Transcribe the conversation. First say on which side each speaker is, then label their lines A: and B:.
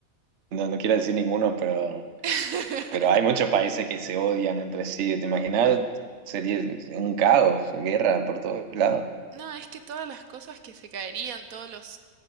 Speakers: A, on the right; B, on the right.
A: no, no quiero decir ninguno, pero
B: <laughs>
A: Pero hay muchos países que se odian entre sí, ¿te imaginas? Sería un caos, guerra por todos lados.
B: No, es que todas las cosas que se caerían, todos los